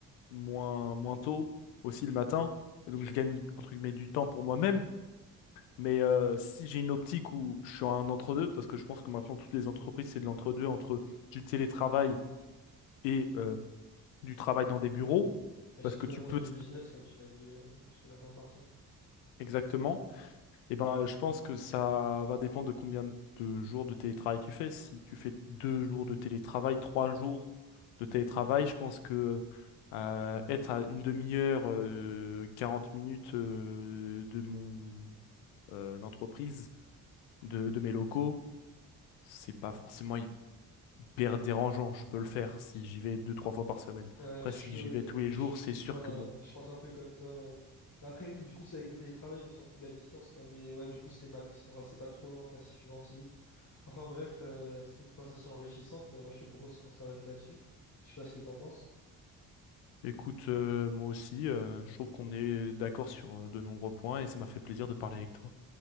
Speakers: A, on the left; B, on the left.
A: moins, moins tôt, aussi le matin. Et donc, je gagne, entre guillemets, du temps pour moi-même. Mais euh, si j'ai une optique où je suis un entre-deux, parce que je pense que maintenant, toutes les entreprises, c'est de l'entre-deux entre du télétravail et euh, du travail dans des bureaux,
B: Et surtout
A: parce que
B: dans
A: tu
B: le monde
A: peux
B: du
A: t-
B: business, comme tu m'as dit, euh, que tu voulais en faire partie.
A: exactement. Eh ben, je pense que ça va dépendre de combien de jours de télétravail tu fais. Si tu fais deux jours de télétravail, trois jours de télétravail, je pense que euh, être à une demi-heure, euh, 40 minutes euh, de mon euh, entreprise, de, de mes locaux, c'est pas forcément hy- hyper dérangeant. Je peux le faire si j'y vais deux, trois fois par semaine.
B: Ouais,
A: Après,
B: je
A: si
B: peux,
A: j'y vais tous les
B: je,
A: jours, c'est
B: je
A: sûr
B: pense,
A: que bon.
B: je pense un peu comme toi, ouais. Mais après, oui, du coup, c'est avec le télétravail, on s'en fout de la distance, quoi. Mais ouais, du coup, c'est max, enfin, c'est pas trop loin, quoi, si tu vas en physique. Enfin, bref, euh, c'était une conversation enrichissante. Euh, Moi, je te propose qu'on s'arrête là-dessus. Je sais pas ce que t'en penses.
A: Écoute, euh, moi aussi, euh, je trouve qu'on est d'accord sur euh, de nombreux points et ça m'a fait plaisir de parler avec toi.